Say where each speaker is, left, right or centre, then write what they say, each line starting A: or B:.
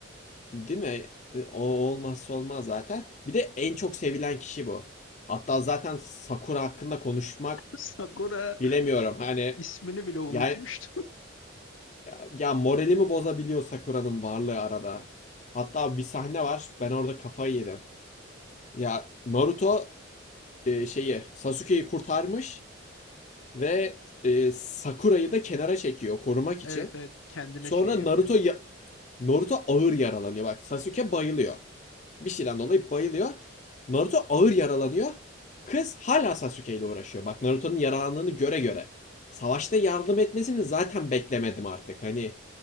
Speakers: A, on the left; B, on the left.
A: Değil mi? E, O olmazsa olmaz zaten. Bir de en çok sevilen kişi bu. Hatta zaten Sakura hakkında konuşmak
B: <laughs> Sakura
A: bilemiyorum. Hani
B: ismini bile unutmuştu.
A: yani ya, ya moralimi bozabiliyor Sakura'nın varlığı arada. Hatta bir sahne var. Ben orada kafayı yedim. Ya Naruto e, şeyi Sasuke'yi kurtarmış ve e, Sakura'yı da kenara çekiyor korumak
B: Evet
A: için.
B: evet kendine
A: Sonra
B: şey yapıyor.
A: Naruto ya- Naruto ağır yaralanıyor. Bak Sasuke bayılıyor. Bir şeyden dolayı bayılıyor. Naruto ağır yaralanıyor. Kız hala Sasuke ile uğraşıyor. Bak Naruto'nun yaralandığını göre göre. Savaşta yardım etmesini zaten beklemedim artık. Hani